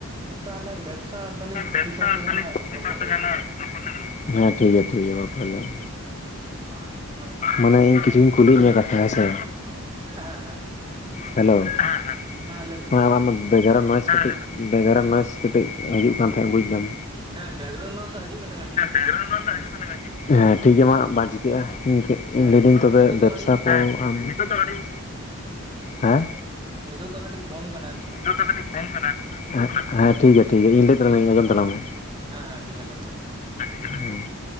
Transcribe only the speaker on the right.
ᱛᱟᱦᱟᱞᱮ ᱵᱮᱵᱽᱥᱟ ᱵᱟᱱᱤᱡᱽ
ᱵᱤᱯᱚᱨ ᱛᱮ ᱡᱟᱦᱟᱱᱟᱜ
ᱨᱚᱯᱚᱲ ᱞᱮᱜᱮ
ᱞᱟᱝ।
<inaudible> ᱦᱮᱸ
ᱦᱮᱸ
ᱦᱮᱸ।
ᱞᱟᱹᱭ ᱢᱮ
ᱦᱮᱸ ᱵᱮᱠᱜᱨᱟᱣᱩᱱᱰ ᱱᱚᱣᱟᱥ ᱫᱚ ᱦᱤᱡᱩᱜ ᱠᱟᱱᱟ ᱠᱟᱹᱴᱤᱡ।
ᱦᱮᱸ
ᱴᱷᱤᱠ
ᱜᱮᱭᱟ ᱱᱤᱛᱚᱜ
ᱫᱚ ᱠᱟᱹᱴᱤᱡ
ᱱᱤᱛᱚᱜ ᱫᱚ ᱠᱟᱹᱴᱤᱡ ᱠᱚᱢ ᱠᱟᱱᱟ।
ᱦᱮᱸ ᱦᱮᱸ, ᱴᱷᱤᱠ ᱜᱮᱭᱟ ᱞᱟᱹᱭ ᱢᱮ।